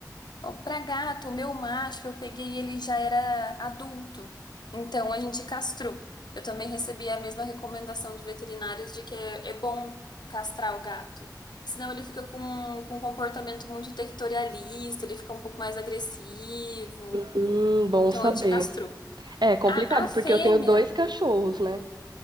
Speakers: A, on the left; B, on the right.
A: Ó, Pra gato, o meu macho, eu peguei ele já era adulto, então a gente castrou. Eu também recebi a mesma recomendação de veterinários de que é, é bom castrar o gato. Senão ele fica com, com um comportamento muito territorialista, ele fica um pouco mais agressivo.
B: Hum, bom
A: Então
B: saber.
A: a gente castrou.
B: É complicado,
A: A, a fêmea,
B: porque eu tenho dois cachorros, né?